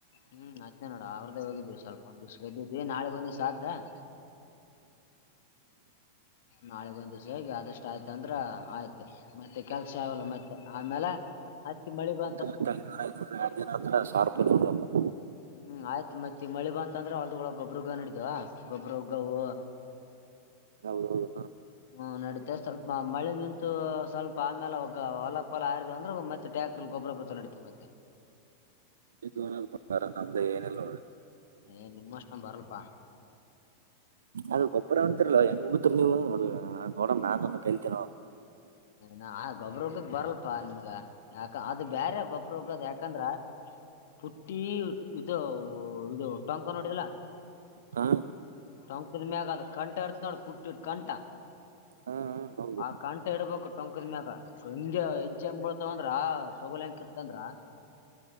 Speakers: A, on the left; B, on the right.
A: ಹ್ಮ್ ಅತ್ನೇ ನೋಡ ಅವ್ರದ್ದೇ ಹೋಗಿದ್ವಿ ಸ್ವಲ್ಪ ಒಂದ ದಿಷ್ಟ್ ಗಗೆದ್ದಿದ್ವಿ ನಾಳೆ ಒಂದೇ ಸಾಧ್ಯ್ದ ಹ ನಾಳೆಗ್ ಒಂದ್ ದಿವ್ಸ ಹೇಗೆ ಆದಷ್ಟು ಆಯ್ತ ಅಂದ್ರ ಆಯ್ತು ಮತ್ತೆ ಕೆಲ್ಸ ಆಗಲ್ಲ ಮತ್ತೆ ಆಮೇಲೆ ಹತ್ತಿ ಮಳೆ ಬ
B: ಇ ಐನೂ ಐನರ ಎರಡು ದಿನ ಅ್ರ ಸಾವಿ ರೂಪಾಯ ತೊಡ್ದ
A: ಹ್ಮ್ ಆಯ್ತ್ ಮತ್ತೆ ಮಳಿ ಬಂತಂದ್ರೆ ಹೊಲ್ದಳ ಗೊಬ್ಬ್ರಗ್ಗ ನಡಿತವ ಗೊಬ್ಬ್ರ ಹಗ್ಗವು
B: ಹೌದು ಹೌದು
A: ಹ್ಮ ನಡಿತ ಸ್ವಲ್ಪ ಮಳೆ ನಿಂತು ಸ್ವಲ್ಪ ಆಮೇಲೆ ಒಗ್ಗ ಹೊಲಫಲ ಆಯತ ಅಂದ್ರೆ ಮತ್ತೆ ಟಲ್ ಗಬರ ಪತ್ರ ನಡತ ಮ
B: ಎೋನ ಪಾರ ನಮ್ದೇ ಏನ ಇಿಲ್ಲೋ
A: ಏ ನಿಮ್ಮ ಅಷ್ಟೊಂದು ಬರಲ್ಪಾ
B: ಅದು ಗೊಬ್ಬರ ಅಂತಿಲ್ಲ ಹೆಂಗ್ ಹೋಗತ್ ನೀವು ಅದ ನೋಡ ನಾನಂದ ಕೇಳ್ತೇನ
A: ನ ಗೊಬ್ಬ್ರ ಹಗಕ್ ಬರಲ್ಪಾ ನಿಮಗ ಯಾಕ ಅದು ಬೇರೆ ಗೊಬ್ಬ್ರ ಹಗ್ಗದ ಯಾಕಂದ್ರ ಪುಟ್ಟಿ ಇದು ಇದು ಟೊಂಕ ನೋಡಿದಲ್ಲ
B: ಹಾ
A: ಟೊಂಕದ ಮ್ಯಾಗ ಅದ ಕಂಠ ಇರ್ತ ನೋಡ ಪುಟ್ಟಿಟ್ಟ ಕಂಠ
B: ಹಾ ಹಾ, ಹೌದು
A: ಆ ಕಂಠ ಇಡ್ಬೇಕು ಟೊಂಕದ ಮ್ಯಾಗ ಹಂಗ ಹೆಜ್ಜೆ ಹೆಂಗ ಬರ್ತಾವಂದ್ರ ತಗೊಳಂಗ ಕತ್ತಂದ್ರ